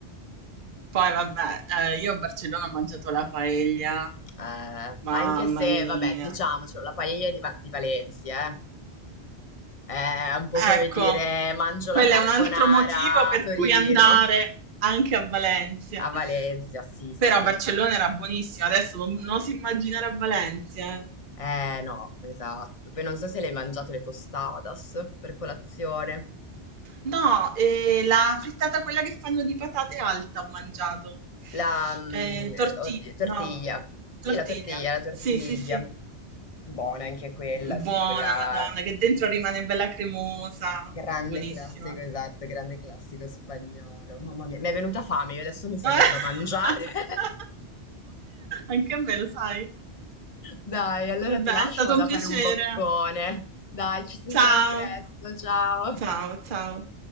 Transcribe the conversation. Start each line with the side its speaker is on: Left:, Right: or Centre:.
Right: Poi vabbè, eh, io a Barcellona ho mangiato la paella,
Left: Eh,
Right: mamma
Left: anche se,
Right: mia.
Left: vabbè, diciamocelo, la paella di, Va- di Valencia, eh. È un po'
Right: Ecco,
Left: come dire mangio
Right: quello
Left: la carbonara
Right: è un altro motivo per
Left: a Torino.
Right: cui andare anche a Valencia.
Left: A Valencia, sì, sì.
Right: Però Barcellona era buonissima, adesso non, non si immaginare a Valencia. eh.
Left: Eh no, esatto. Poi non so se le hai mangiato le tostadas per colazione.
Right: No, eh, la frittata quella che fanno di patate alta ho mangiato.
Left: La, mm,
Right: Eh, torti-
Left: oddio, tortiglia.
Right: no,
Left: Sì,
Right: tortiglia.
Left: la tortiglia, la tortiglia.
Right: Sì, sì, sì.
Left: Buona anche quella, sì,
Right: Buona,
Left: quella
Right: Madonna, che dentro rimane bella cremosa.
Left: grande
Right: Buonissima.
Left: classico, esatto, grande classico spagnolo. Mamma mia, mi è venuta fame, io adesso mi sa
Right: <laughs>
Left: che vado a mangiare. <laughs>
Right: Anche a me, lo sai.
Left: Dai, allora
Right: Vabbè,
Left: ti lascio,
Right: è stato
Left: vado
Right: un piacere.
Left: a fare un boccone. Dai, ci sentiamo
Right: Ciao.
Left: presto, ciao.
Right: Ciao, ciao.